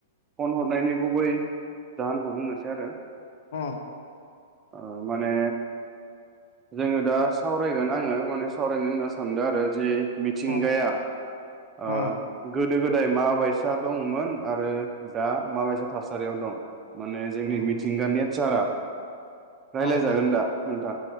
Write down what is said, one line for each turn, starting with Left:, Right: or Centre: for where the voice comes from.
Right: फन हरनायनि गुबै जाहोनखौ बुंनोसै आरो
Left: अ
Right: ओ माने जोङो दा सावरायगोन आङो माने सावरायनो होनना सानदों आरो जि मिथिंगाया
Left: उम
Right: ओ
Left: उम
Right: गोदो गोदाय दांत माबायसा दंमोन आरो दा माबायसा थासारियाव दं? माने जोंनि
Left: उम
Right: मिथिंगा नेचारा रायलाय
Left: उम
Right: जागोन
Left: उम
Right: दा नोंथां?